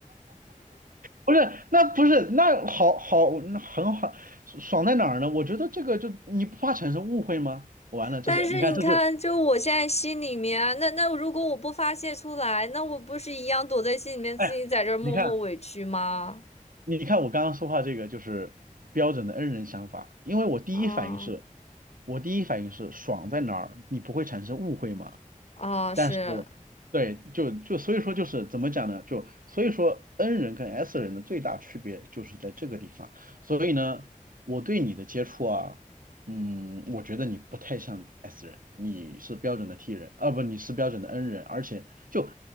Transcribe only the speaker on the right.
不是，那不是，那好好，那很好，爽在哪儿呢？我觉得这个就你不怕产生误会吗？完了，这是你看，
这就是
哎，
你看，你看我刚刚说话这个就是标准的 N 人想法，因为我第一反应是，
我第一反应是爽在哪儿，你不会产生误会吗？
但是，
对，就就所以说就是怎么讲呢？就所以说 N 人跟 S 人的最大区别就是在这个地方。所以呢，我对你的接触啊，嗯，我觉得你不太像 S 人，你是标准的 T 人，啊不，你是标准的 N 人，而且就